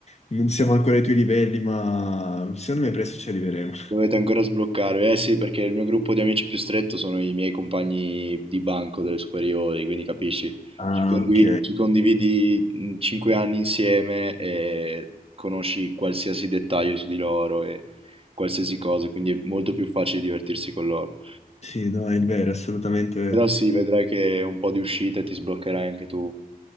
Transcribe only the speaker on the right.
Dovete ancora sbloccarvi, eh sì, perché il mio gruppo di amici più stretto sono i miei compagni di banco delle superiori, quindi capisci,
ci condivi-
ci condividi 5 anni insieme e conosci qualsiasi dettaglio su di loro e qualsiasi cosa, quindi è molto più facile divertirsi con loro.
Però sì, vedrai che un po' di uscita ti sbloccherai anche tu.